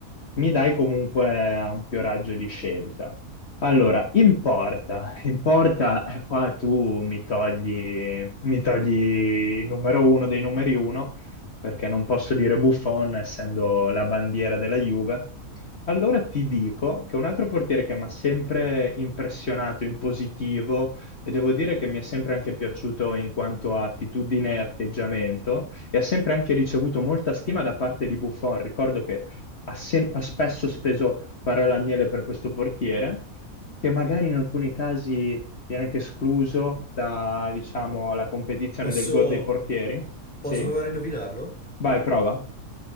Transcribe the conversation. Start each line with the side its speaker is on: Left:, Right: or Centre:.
Left: mi dai comunque ampio raggio di scelta. Allora, in porta, in porta, eh, qua tu mi togli, mi togli il numero uno dei numeri uno perché non posso dire Buffon essendo la bandiera della Juve. Allora ti dico che un altro portiere che mi ha sempre impressionato in positivo e devo dire che mi è sempre anche piaciuto in quanto a attitudine e atteggiamento e ha sempre anche ricevuto molta stima da parte di Buffon. Ricordo che ha, sem- ha spesso speso parole al miele per questo portiere, che magari in alcuni casi viene anche escluso da, diciamo, la competizione
Centre: Posso,
Left: del GOAT dei portieri. Sì.
Centre: posso provare a indovinarlo?
Left: Vai, prova.